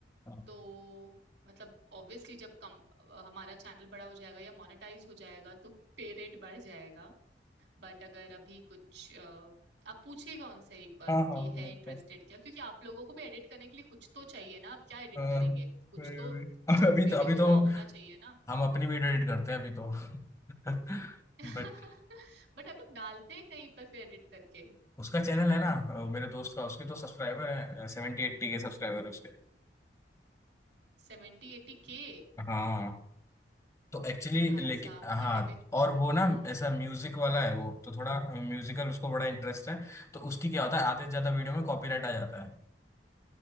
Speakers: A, on the left; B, on the right.
A: हाँ
B: तो मतलब ऑब्वियसली जब कम अ, हमारा चैनल बड़ा हो जाएगा या मोनेटाइज हो जाएगा तो पे रेट बढ़ जाएगा बट अगर अभी कुछ अ, आप पूछिएगा उनसे एक बार
A: हाँ हाँ
B: कि
A: बिल्कुल
B: है इंटरेस्टेड क्या क्योंकि आप लोगों को भी एडिट करने के लिए कुछ तो चाहिए ना आप क्या एडिट
A: हाँ,
B: करेंगे कुछ
A: वही
B: तो
A: वही अब अभी
B: वीडियो
A: तो अभी तो
B: रॉ होना चाहिए ना
A: हम अपनी वीडियो एडिट करते हैं अभी तो <laughs>
B: <laughs>
A: बट
B: बट आप लोग डालते हैं कहीं पर फिर एडिट करके
A: उसका चैनल है ना अ, मेरे दोस्त का उसके तो सब्सक्राइबर है सेवेंटी एट्टी के सब्सक्राइबर है उसके
B: सेवेंटी एटी के
A: हाँ तो एक्चुअली
B: भाई
A: लेकिन
B: साहब
A: हाँ
B: ठीक है फिर
A: और वो ना
B: हम्म
A: ऐसा म्यूजिक वाला है वो तो थोड़ा म्यूजिकल उसको बड़ा इंटरेस्ट है तो उसकी क्या होता है आधे से ज्यादा वीडियो में कॉपीराइट आ जाता है